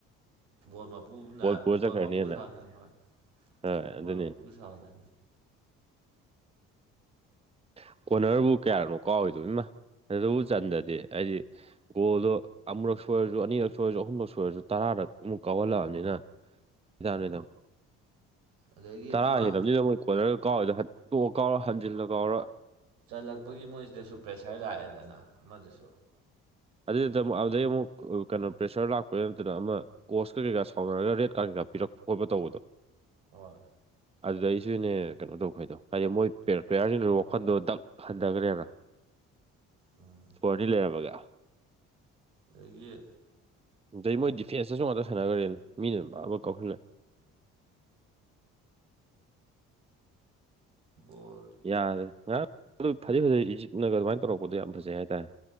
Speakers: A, on the right (about 80°); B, on the right (about 15°).
A: ꯕꯣꯜ ꯃ ꯄꯨꯨꯕꯅꯦ
B: ꯄꯨꯔ
A: ꯕꯣꯜ
B: ꯆꯠꯈ꯭ꯔꯅꯤꯅ
A: ꯃ ꯄꯨꯨ ꯁꯥꯅꯤ ꯍꯣꯏ
B: ꯍꯣꯏ
A: ꯕꯣꯜ
B: ꯑꯗꯨꯅꯤ
A: ꯃ ꯄꯨꯨ ꯁꯥꯅꯤ
B: ꯀ ꯀꯣꯔꯅꯔꯕꯨ ꯀꯌꯥꯅꯣ ꯀꯥꯎꯏꯗꯣꯏꯃ ꯑꯗꯨꯕꯨ ꯆꯟꯗꯗꯤ ꯑꯩꯗꯤ ꯒꯣꯜꯗꯣ ꯑꯃꯛꯨꯔꯛ ꯁꯣꯏꯔꯁꯨ ꯑꯅꯤꯔꯛ ꯁꯣꯏꯔꯁꯨ ꯑꯍꯨꯝꯂꯛ ꯁꯣꯏꯔꯁꯨ ꯇꯔꯥꯗ ꯑꯃꯨꯛ ꯀꯥꯎꯍꯜꯂꯛꯑꯕꯅꯤꯅ ꯗꯥ ꯅꯨꯗꯥꯝ
A: ꯑꯗꯒꯤ
B: ꯇꯔꯥ
A: ꯑꯃ
B: ꯍꯦꯜꯕꯅꯤꯗ ꯃꯣꯏ ꯀꯣꯟꯠꯅꯔꯒ ꯀꯥꯎꯋꯦꯗ ꯇꯣꯛꯑ ꯀꯥꯎꯔ ꯍꯟꯖꯤꯜꯂ ꯀꯥꯎꯔ
A: ꯆꯜꯂꯛꯄꯒꯤ ꯃꯣꯏꯁꯤꯗꯁꯨ ꯄ꯭ꯔꯦꯁꯔ ꯂꯥꯛꯑꯦꯗꯅ ꯑꯃꯗꯁꯨ
B: ꯑꯗꯨ ꯅ ꯑꯗꯨꯗꯩ ꯑꯃꯨꯛ ꯀꯩꯅꯣ ꯄ꯭ꯔꯦꯁꯔ ꯂꯥꯛꯄ ꯅꯠꯇꯅ ꯑꯃ ꯀꯣꯁ ꯀꯩꯥ ꯁꯥꯎꯅꯔꯒ ꯔꯦ ꯀꯥꯔꯟ ꯀꯩꯥ ꯄꯤꯔꯛꯄ ꯈꯣꯠꯄ ꯇꯧꯕꯗꯣ
A: ꯍ
B: ꯑꯗꯨꯗ ꯑꯩꯁꯨꯅꯦ ꯀꯩꯅꯣ ꯇꯧꯈꯗꯣ ꯍꯥꯏꯗꯤ ꯃꯣꯏ ꯄ꯭ꯂꯦꯌꯥꯔꯁꯤ ꯋꯥꯈꯜꯗꯣ ꯗꯛ ꯍꯟꯊꯈꯅꯦꯦꯅ
A: ꯎꯝ
B: ꯣꯔꯅꯤ ꯂꯩꯔꯕꯒꯦ
A: ꯑꯗꯒꯤ
B: ꯑꯩ ꯃꯣꯏ ꯗꯤꯐꯦꯟꯁꯇꯁꯨ ꯉꯥꯛꯇ ꯁꯥꯟꯅꯈ꯭ꯔꯦꯅ ꯃꯤꯅ ꯑꯃ ꯀꯥꯎꯧꯁꯤꯜꯂꯦ
A: ꯕꯣꯔꯠ
B: ꯌꯥꯔꯦ ꯉꯔꯥꯡ ꯐꯗꯤꯩ ꯐꯖꯩ ꯏꯖꯤꯞꯅꯒ ꯑꯗꯨꯃꯥꯏꯅ ꯇꯧꯔꯛꯄꯗꯣ ꯌꯥꯝ ꯐꯖꯩ ꯍꯥꯏꯇꯥꯔꯦ